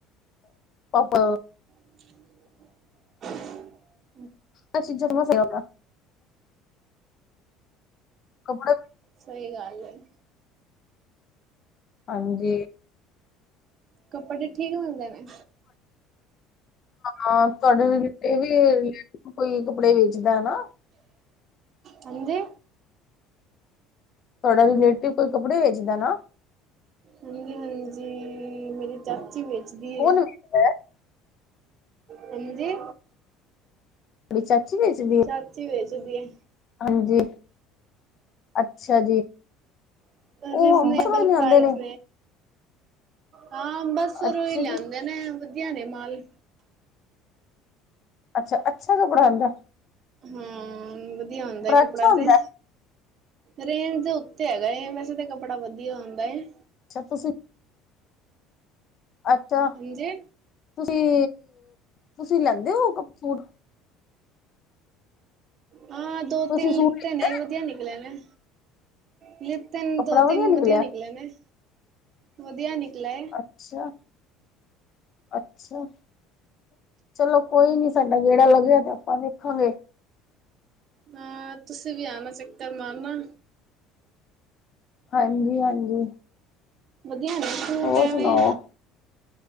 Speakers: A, on the left; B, on the right.
A: ਪਾਪ
B: <inaudible>
A: ਐਹ ਚੀਜ਼ਾਂ <unintelligible> ਕੱਪੜੇ
B: ਸਹੀ ਗੱਲ ਐ ਜੀ
A: ਹਾਂਜੀ।
B: ਕੱਪੜੇ ਠੀਕ ਹੁੰਦੇ ਨੇ।
A: ਹਾਂ, ਤੁਹਾਡੇ ਵੀ ਕੋਈ ਕੱਪੜੇ ਵੇਚਦਾ ਹੈ ਨਾ।
B: ਹਾਂਜੀ
A: ਤੁਹਾਡਾ ਰਿਲੇਟਿਵ ਕੋਈ ਕੱਪੜੇ ਵੇਚਦਾ ਨਾ।
B: ਹਾਂਜੀ- ਹਾਂਜੀ। ਮੇਰੀ ਚਾਚੀ ਵੇਚਦੀ
A: ਕੌਣ
B: ਏ।
A: ਵੇਚਦਾ ਹੈ
B: ਹਾਂਜੀ।
A: ਮੇਰੀ ਚਾਚੀ ਵੇਚਦੀ ਏ।
B: ਚਾਚੀ ਵੇਚਦੀ ਏ।
A: ਹਾਂਜੀ। ਅੱਛਾ ਜੀ।
B: ਹੈ
A: ਉਹ
B: ਰੀਜ਼ਨੇਬਲ
A: ਬ ਬਾਹਰੋਂ ਲਿਆਂਦੇ
B: ਪ੍ਰਾਈਜ਼
A: ਨੇ।
B: ਹਾਂ, ਬਸ ਫਿਰ
A: ਅੱਛਾ
B: ਓਹੀ ਲਿਆਂਦੇ
A: ਜੀ
B: ਨੇ ਵਧੀਆ ਨੇ ਮਾਲ।
A: ਅੱਛਾ- ਅੱਛ ਕੁਪੜਾ ਉਂਦਾ।
B: ਹੂ, ਵਧੀਆ ਹੁੰਦਾ ਹੈ ਕੱਪੜਾ
A: ਅੱਛਾ ਹੁੰਦਾ
B: ਤੇ। ਰੇਂਜ ਦੇ ਉੱਥੇ ਹੈਗਾ ਵੈਸੇ ਤਾਂ ਕੱਪੜਾ ਵਧੀਆ ਹੁੰਦਾ ਹੈ।
A: ਅੱਛਾ ਤੁਸੀਂ ਅੱਛਾ।
B: ਹਾਂਜੀ
A: ਤੁਸੀਂ, ਤੁਸੀਂ ਲੈਂਦੇ ਹੋ ਸੂਟ।
B: ਹਾਂ ਦੋ-
A: ਤੁਸੀਂ
B: ਤਿੰਨ
A: ਸੂਟ
B: ਲਿੱਤੇ
A: ਲੈਂਦੇ
B: ਨੇ ਵਧੀਆ ਨਿਕਲੇ ਨੇ। ਲੀਤੇ ਣੇ
A: ਕੱਪੜਾ
B: ਦੋ- ਤਿੰਨ
A: ਨਿਕਲਿਆ
B: ਵਧੀਆ ਨਿਕਲੇ ਨੇ ਵਧੀਆ ਨਿਕਲਾ।
A: ਅੱਛਾ-ਅੱਛਾ। ਚਲੋ ਕੋਈ ਨੀ ਸਾਡਾ ਗੇੜਾ ਲੱਗਿਆ ਤੇ ਆਪਾਂ ਵੇਖਾਂਗੇ।
B: ਹਾਂ। ਤੁਸੀਂ ਵੀ ਆਣਾ ਚੱਕਰ ਮਾਰਨਾ।
A: ਹਾਂਜੀ-ਹਾਂਜੀ।
B: ਵਦੀਆਂ ਨੇ। ਸੂਟ
A: ਹੋਰ
B: ਐਵੇਂ
A: ਸੁਣਾਓ?